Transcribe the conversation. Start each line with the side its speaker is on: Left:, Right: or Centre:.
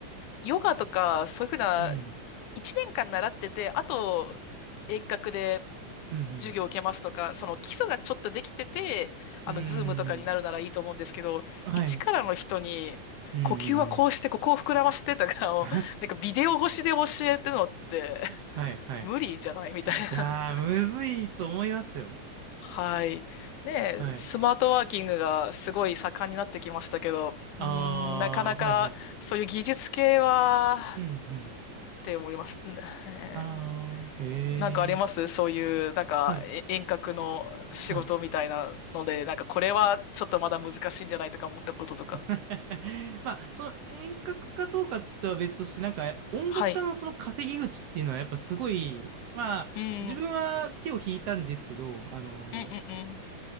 Left: ヨガとか、そういうふうな、
Right: うん。
Left: 1年間習ってて、あと、遠隔で
Right: うん
Left: 授業を受けますとか、その基礎がちょっとできてて、あの、
Right: うんう
Left: ズームとかになるならいいと思うんですけど、
Right: ーん。はい。
Left: 一からの人に、
Right: うんうんうん。
Left: 呼吸はこうして、ここを膨らましてとかを、
Right: <laughs>
Left: なんかビデオ越しで教えてるのって、
Right: はい、はい。
Left: 無理じゃないみたいな。
Right: いやー、
Left: <laughs>
Right: むずいと思いますよ。
Left: はい。ねえ、
Right: はい。
Left: スマートワーキングがすごい盛んになってきましたけど、
Right: ああ、
Left: うーん、なかなかそういう技術系は、
Right: はい、はい。うん。うん
Left: って思います。うんえー
Right: ああ、へえ、
Left: なんかありますそういう、なんか、
Right: はい、
Left: え遠隔の仕事みたいなので、
Right: はい。
Left: なんかこれはちょっとまだ難しいんじゃないとか思ったこととか。
Right: <laughs> まあ、その遠隔かどうかとは別として、なんか音楽家のその稼ぎ口っていうのはやっぱすごい、
Left: はい。
Right: まあ、
Left: うん。
Right: 自分は手を引いたんですけど、
Left: うん
Right: あの、
Left: うんうん。